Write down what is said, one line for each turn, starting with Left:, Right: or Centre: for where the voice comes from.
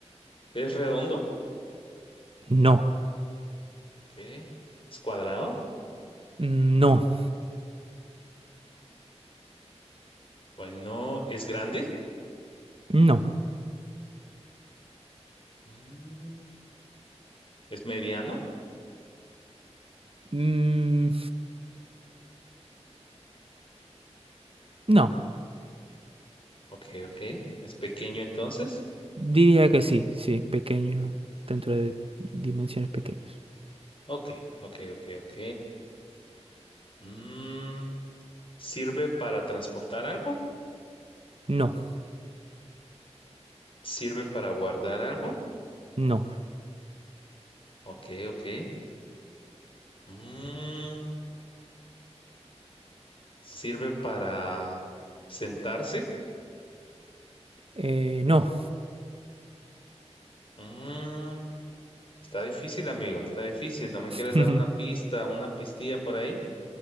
Left: ¿es redondo?
Right: No,
Left: Ok. ¿Es cuadrado?
Right: Mm, no,
Left: Bueno, ¿es grande?
Right: no.
Left: Mm, ¿Es mediano?
Right: Mm, no,
Left: Ok, ok. ¿Es pequeño entonces?
Right: diría que sí, sí, pequeño, dentro de dimensiones pequeñas.
Left: Ok, ok, ok, ok. Mm, ¿sirve para transportar algo?
Right: No,
Left: ¿Sirve para guardar algo?
Right: no,
Left: Ok, ok. Mm, sirve para sentarse.
Right: eh, no.
Left: Mm, está difícil, amigo. Está difícil. ¿No me
Right: <laughs>
Left: quieres dar una pista, una pistilla por ahí?